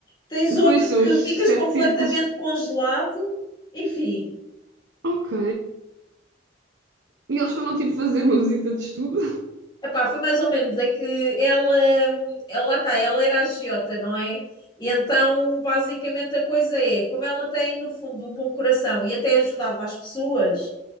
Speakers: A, on the left (about 25°); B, on the right (about 75°).
A: Tens
B: Depois
A: outro
B: são
A: que
B: os
A: ficas
B: sete
A: completamente
B: círculos.
A: congelado, enfim.
B: Ok. E eles foram tipo fazer uma visita de estudo?
A: Epá, foi mais ou menos, é que ela, ela lá está, ela era agiota, não é? E então, basicamente, a coisa é, como ela tem, no fundo, um bom coração e até ajudava as pessoas,